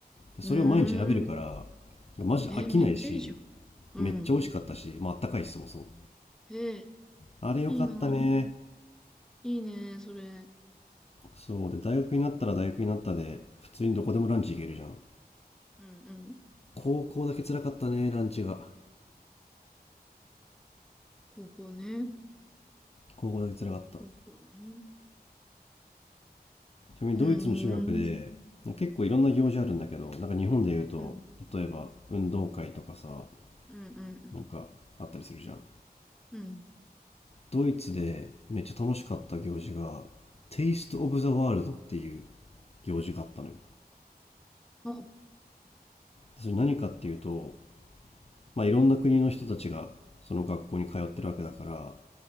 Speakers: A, on the left; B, in the centre.
A: でそれを毎日選べるから、
B: うーん。
A: マジで飽きないし、
B: え、めっちゃいいじゃ
A: めっちゃ美味しかったし、
B: ん。うん。
A: まああったかいし、そもそも。
B: え、
A: あれよかったね。
B: いいな。いいね、それ。
A: そう。で、大学になったら大学になったで、普通にどこでもランチ行けるじゃん。
B: うん、うん。
A: 高校だけ辛かったね、ランチが。
B: 高校ね。
A: 高校だけ辛かった。
B: 高校ね。
A: ちなみにドイツの中学で、
B: うーん、
A: 結構いろんな行事あるんだけど、なんか日本で言うと、
B: うん、
A: 例えば運動会とかさ、
B: うん、うん、うん。
A: なんかあったりするじゃん。
B: うん
A: ドイツでめっちゃ楽しかった行事が、テイスト・オブ・ザ・ワールドっていう行事があったのよ。
B: あ、
A: それ何かっていうと、まあ、いろんな国の人たちがその学校に通ってるわけだから